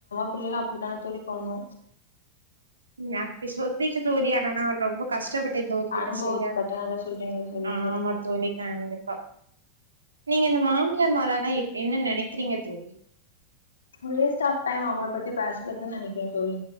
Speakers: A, on the left (about 65°); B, on the right (about 75°).
A: பிள்ளலா அப்டிதான தோழி பண்ணு
B: நீங்க அப்டி சொல்றீங்க தோழி ஆனா நா ரொம்ப கஷ்டப்பட்டே தோழி
A: அனுபவப்பட்ட
B: என்ன செய்ய
A: நல்லா சொல்றீங்க தோழி இட்ஸ்
B: ஆமா
A: ஓகே
B: தோழி கண்டிப் பா நீங்க இந்த மாமியார்மாரேல்லா இப் என்ன நெனைக்கிறீங்க தோழி
A: வேஸ்ட் ஆஃப் டைம் அவுங்கள பத்தி பேசுறதுன்னு நெனைக்கிறே தோழி